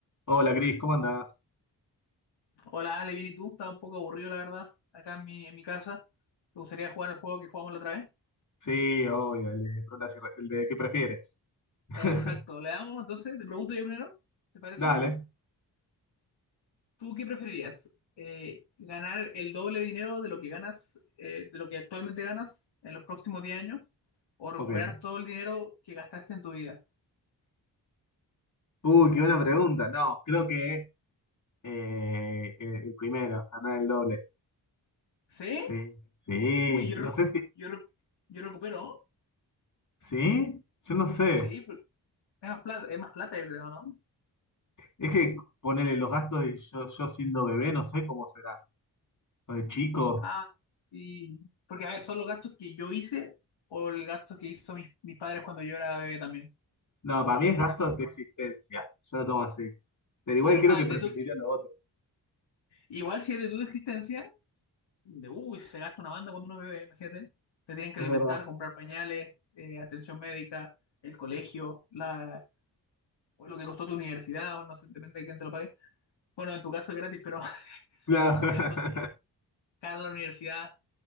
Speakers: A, on the left (about 40°); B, on the left (about 80°).
A: Hola, Cris, ¿cómo andás?
B: Hola Ale, bien, ¿y tú? Estaba un poco aburrido, la verdad, acá en mi, en mi casa. ¿Te gustaría jugar el juego que jugamos la otra vez?
A: Sí, obvio, el de, preguntas irre- el de ¿qué prefieres? <laughs>
B: Eh, Exacto, le damos entonces, te pregunto yo primero, ¿te parece?
A: Dale,
B: ¿Tú qué preferirías? Eh, ¿ganar el doble de dinero de lo que ganas, eh, de lo que actualmente ganas en los próximos 10 años? ¿O recuperar
A: ok.
B: todo el dinero que gastaste en tu vida?
A: Uy, qué buena pregunta. No, creo que eh, eh, el primero, ganar el doble.
B: ¿Sí?
A: Sí, sí,
B: Uy, yo, recu-
A: no sé si...
B: yo, recu- yo recupero, ¿no?
A: ¿Sí? Yo no sé.
B: Sí, pero es más plata, es más plata, yo creo, ¿no?
A: Es que ponerle los gastos de yo, yo siendo bebé, no sé cómo será. O de chico.
B: Ah, sí. Porque, a ver, son los gastos que yo hice o el gasto que hizo mis, mis padres cuando yo era bebé también.
A: No,
B: Eso,
A: para mí
B: esos
A: es gasto
B: cuentan.
A: de tu existencia. Yo lo tomo así. Pero igual creo
B: Ah,
A: que
B: de
A: preferiría
B: tu ex-
A: lo otro.
B: Igual si es de tu existencia, de uy, se gasta una banda cuando uno es bebé, imagínate. Te tienen que
A: Es
B: alimentar,
A: verdad.
B: comprar pañales, eh, atención médica, el colegio, la, o lo que costó tu universidad, o no sé, depende de quién te lo pague. Bueno, en tu caso es gratis, pero <laughs>
A: Claro.
B: en mi caso,
A: <laughs>
B: cara a la universidad,